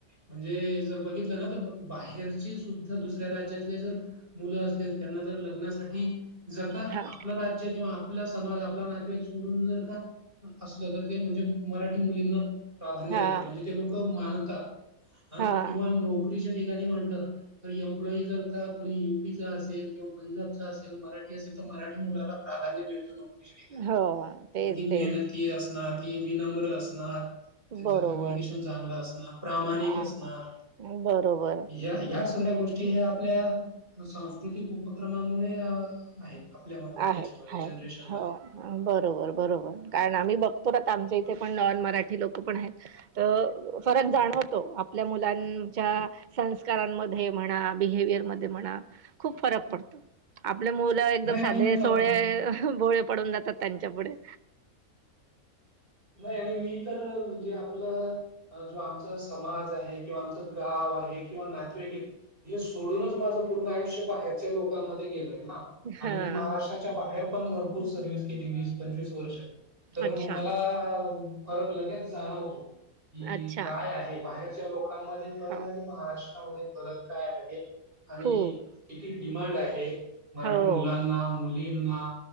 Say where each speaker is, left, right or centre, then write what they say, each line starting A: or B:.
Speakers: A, on the right; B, on the right.
A: म्हणजे जर बघितलं ना तर बाहेरचे सुद्धा दुसऱ्या राज्यातले जर - मुलं असले त्यांना जर लग्नासाठी जर का
B: हां,
A: आपलं राज्य किंवा आपला समाज आपला नातेवाईक सोडून जर का असलं तर ते म्हणजे मराठी मुलींना प्राधान्य
B: हां,
A: देतात म्हणजे ते लोक मानतात हा
B: हां.
A: किंवा नोकरीच्या ठिकाणी म्हटलं तर एम्प्लॉई जर का कोणी यु पीचा असेल किंवा पंजाबचा असेल मराठी असेल मराठी मु प्रध्य मिळत नोकरी ठिकाणी
B: हो. तेच,
A: कारण की मेहनती
B: तेच.
A: अस विनम्र असणार त्यांच
B: बरोबर.
A: कम्युनिकेशन चांगलं असणार प्रामाणिक
B: हां.
A: असणार
B: बरोबर.
A: या या सगळ्या गोष्टी हे आपल्या सांस्कृतिक उपक्रमामुळे आहेत आपल्या म-
B: आहेत
A: याच्यामध्ये
B: आहेत
A: जनरेशनमध्ये
B: हो बरोबर बरोबर कारण आम्ही बघत तर आता आमच्या इथे पण नॉन मराठी लोक पण आहेत तर फरक जाणवतो आपल्या मुलांच्या - संस्कारांमध्ये म्हणा बिहेवियर म म्हणा खूप फरक पडत आपल्यामुळे - आप एकदम
A: नाही
B: साधे
A: आणि
B: सोळे
A: अ,
B: बोळे पडून जातात त्यांच्या पुढे
A: नाही आणि मी तर म्हणजे आपलं जो आमचा समाज आहे किंवा आमचं गाव आहे किंवा नातेवाकीत हे सोडूनच माझं पूर्ण आयुष्य बाहेरच्या लोकांमध्ये गेलय ना
B: हा
A: आणि मी महाराष्ट्राच्या बाहेर पण भरपूर सर्व्हस केली वीस पंचवीस वर्ष तर
B: अच्छा
A: म फर लगेच जाणवतो की
B: अच्छा
A: काय आहे बाहे लोकांमध्ये फर
B: हो
A: आणि महाराष्ट्रामध्ये फत काय आहे आणि
B: खूप
A: किती डिमांड आहे मराठी
B: हो
A: मुलांना मुलींना